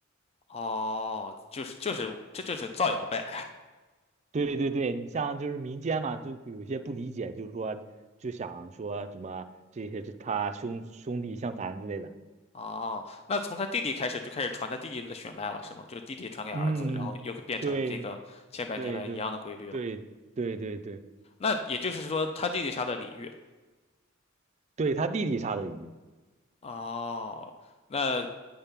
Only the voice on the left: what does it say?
哦，就是就是这就是造谣呗。
哦，那从他弟弟开始就开始传他弟弟的血脉了，是吗？就是弟弟传给儿子，
然后又变成这个千百年来一样的规律了。
那也就是说，他弟弟杀的李煜。
哦，那